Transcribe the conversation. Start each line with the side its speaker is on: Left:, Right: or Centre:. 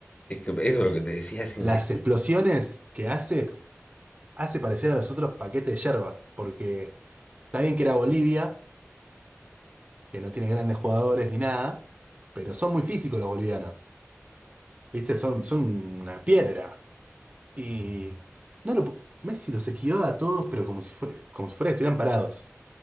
Left: Es que eso es lo que te decía, es increíble.
Right: Las explosiones que hace, hace parecer a los otros paquetes de yerba. Porque... Está bien que era Bolivia, que no tiene grandes jugadores ni nada, pero son muy físicos los bolivianos. ¿Viste? Son, son una piedra. Y no lo, pu- Messi los esquivaba a todos, pero como si fuera, como si fuera que estuvieran parados.